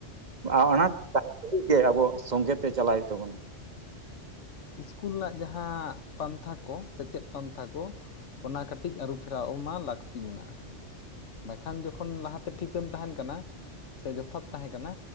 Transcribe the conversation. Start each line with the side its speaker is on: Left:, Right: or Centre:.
Right: ᱟ ᱟᱱᱟᱴ ᱛᱟᱦᱮᱱ ᱛᱩᱞᱩᱡ ᱜᱮ ᱟᱵᱚ ᱥᱚᱸᱜᱮ ᱛᱮ ᱪᱟᱞᱟᱜ ᱦᱩᱭᱩᱜ ᱛᱟᱵᱚᱱᱟ᱾
Left: ᱤᱥᱠᱩᱞ ᱞᱮᱱᱟᱜ ᱡᱟᱦᱟᱟᱸ ᱯᱟᱱᱛᱷᱟ ᱠᱚ ᱥᱮᱪᱮᱫ ᱯᱟᱱᱛᱷᱟ ᱠᱚᱪ ᱚᱱᱟ ᱠᱟᱹᱴᱤᱡ ᱟᱹᱨᱩ ᱯᱷᱮᱨᱟᱣ ᱚᱱᱟ ᱞᱟᱹᱠᱛᱤ ᱢᱮᱱᱟᱜᱼᱟ᱾ ᱵᱟᱠᱷᱟᱱ ᱡᱚᱠᱷᱚᱱ ᱞᱟᱦᱟᱛᱮ ᱴᱷᱤᱠᱮᱢ, ᱛᱟᱦᱮᱱ ᱠᱟᱱᱟ ᱥᱮ ᱡᱚᱛᱷᱟᱛ ᱛᱟᱦᱮᱸ ᱠᱟᱱᱟ